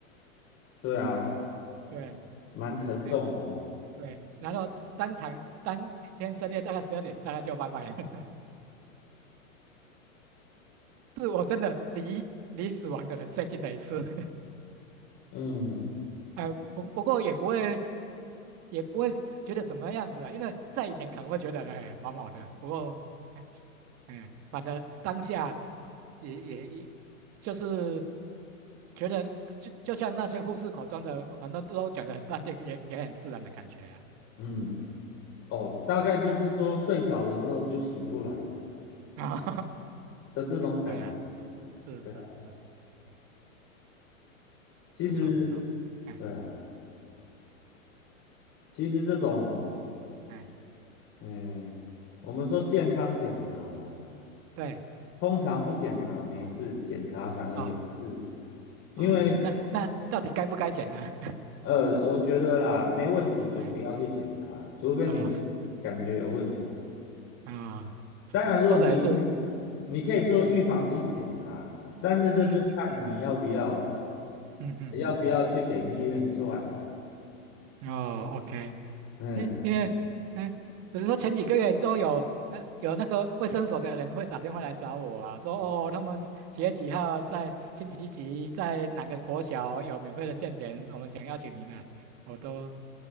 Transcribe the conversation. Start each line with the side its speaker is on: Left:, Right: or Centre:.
Left: 对啊，
Right: 对，
Left: 蛮沉重的哦，
Right: 哎对，然后当场当天深夜大概十二点，大概就拜拜了。是我真的离离死亡的人最近的一次，
Left: 嗯
Right: <laughs> 呃，不不过也不会，也不会觉得怎么样子啊，因为在以前可能会觉得哎毛毛的，不过哎哎，反正当下也也一就是觉得就就像那些护士口中的，反正都讲得很淡定，也也很自然的感觉啊，
Left: 嗯，
Right: 嗯，
Left: 哦，大概就是说睡着了之后就醒不来了
Right: <laughs> 啊，
Left: 的这种感觉，
Right: 对啊，是是是，
Left: 对啊
Right: 嗯，
Left: 其实
Right: 不错不错，哎
Left: 对啊，其实这种，
Right: 哎，
Left: 嗯，我们说健康检查啦，
Right: 对
Left: 通常不检查没事，检查反而有事，
Right: 啊。哦
Left: 因为
Right: 哦，那那到底该不该剪呢？<laughs>
Left: 呃，我觉得啦，没问题就不要去检查，
Right: 哎，
Left: 除非你是
Right: 哦是
Left: 感觉有问题。
Right: 啊、
Left: 当然，如果你去，
Right: 说的也是，
Left: 你可以做预防性检查，
Right: 嗯
Left: 但是这就看你要不要
Right: 嗯嗯嗯嗯嗯嗯
Left: 要不要去给医院转了、
Right: 嗯，哦，OK，
Left: 嗯，
Right: 因因为，嗯，比如说前几个月都有，呃，有那个卫生所的人会打电话来找我啊，说哦，他们几月几号在星期几在哪个国小有免费的健检，我们想邀请您来，我都